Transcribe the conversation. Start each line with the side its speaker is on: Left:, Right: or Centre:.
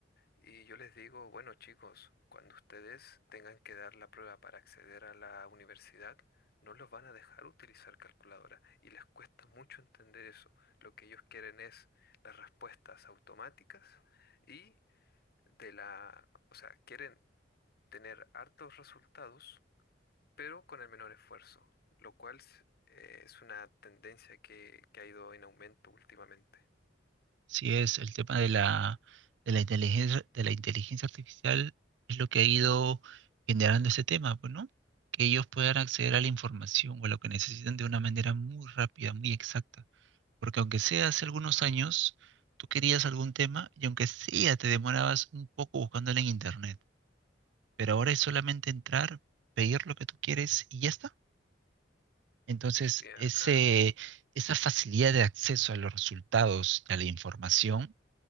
Left: Y yo les digo, bueno chicos, cuando ustedes tengan que dar la prueba para acceder a la universidad, no los van a dejar utilizar calculadora y les cuesta mucho entender eso. Lo que ellos quieren es las respuestas automáticas y de la, o sea, quieren tener hartos resultados, pero con el menor esfuerzo, lo cual es eh, es una tendencia que, que ha ido en aumento últimamente.
Right: Sí, es el tema de la, de la inteligencia, de la inteligencia artificial es lo que ha ido generando ese tema, pues, ¿no? Que ellos puedan acceder a la información o a lo que necesitan de una manera muy rápida, muy exacta. Porque aunque sea hace algunos años, tú querías algún tema y aunque sea te demorabas un poco buscándolo en internet. Pero ahora es solamente entrar, pedir lo que tú quieres y ya está. Entonces,
Left: Efectivamente.
Right: ese, esa facilidad de acceso a los resultados, a la información